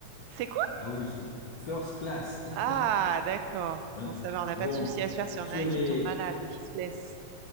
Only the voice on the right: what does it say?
c'est quoi?
Ah,
d'accord.
Bon, ça va, on n'a pas
de souci à se faire si on
a un
qui tombe malade ou qui se blesse.